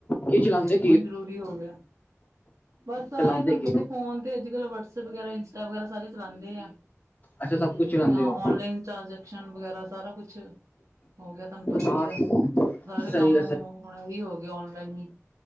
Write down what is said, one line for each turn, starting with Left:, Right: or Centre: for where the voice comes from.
Left: ਕੀ ਚਲਾਂਦੇ
Right: ਹੁਣ ਜ਼ਰੂਰੀ ਹੋ ਗਿਆ। ਬਸ ਆ
Left: ਚਲਾਉਂਦੇ
Right: ਇਹ ਤੁਹਾਨੂੰ
Left: ਕੀ
Right: ਪਤਾ
Left: ਹੋ
Right: ਫੋਨ ਤੇ ਅੱਜ ਕੱਲ੍ਹ ਵਟਸਐਪ ਵਗੈਰਾ ਇੰਸਟਾ ਵਗੈਰਾ ਸਾਰੇ ਚਲਾਉਂਦੇ ਆ ਹਾਂਜੀ
Left: ਅੱਛਾ ਸਭ ਕੁਛ ਚਲਾਉਂਦੇ
Right: ਆ
Left: ਹੋ
Right: ਔਨਲਾਈਨ ਟ੍ਰਾਂਜੈਕਸ਼ਨ ਵਗੈਰਾ ਸਾਰਾ ਕੁਛ ਹੋ ਗਿਆ ਤੁਹਾਨੂੰ ਪਤਾ
Left: ਹਾਂ
Right: ਹੀ ਆ ਸਾਰੇ ਕੰਮ
Left: ਸਹੀ
Right: ਹੁਣ ਏ ਹੀ ਹੋ ਗਏ ਔਨਲਾਈਨ ਹੀ